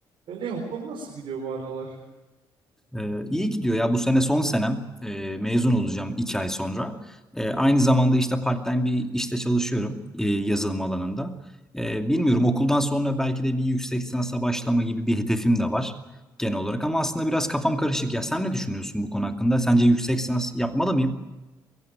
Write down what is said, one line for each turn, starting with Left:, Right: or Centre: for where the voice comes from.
Right: Melih okul nasıl gidiyor bu aralar?
Centre: Ee, iyi gidiyor ya bu sene son senem Ee, mezun olacağım iki ay sonra. Ee, aynı zamanda işte part-time bir işte çalışıyorum e, yazılım alanında. Ee, bilmiyorum okuldan sonra belki de bir yüksek lisansa başlama gibi bir hedefim de var genel olarak ama aslında biraz kafam karışık ya. Sen ne düşünüyorsun bu konu hakkında? Sence yüksek lisans yapmalı mıyım?